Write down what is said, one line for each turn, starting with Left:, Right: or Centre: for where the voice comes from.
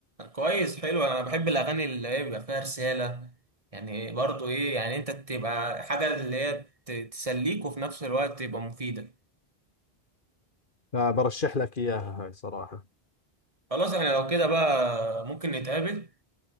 Right: كويس حلو انا بحب الاغاني اللي هي بيبقى فيها رسالة يعني برضه ايه يعني انت تبقى حاجة اللي هي ت- تسليك وفي نفس الوقت تبقى مفيدة
Left: فبرشح لك إياها هاي صراحة
Right: خلاص احنا لو كده بقى ممكن نتقابل